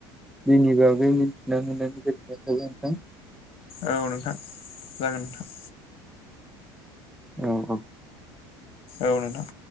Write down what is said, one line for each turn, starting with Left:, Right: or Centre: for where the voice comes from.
Centre: जोंनि बागै मिथिना मोननानै गोजोननाय थाबाय नोंथां
Left: औ नोंथां जागोन नोंथां
Centre: औ औ
Left: औ नोंथां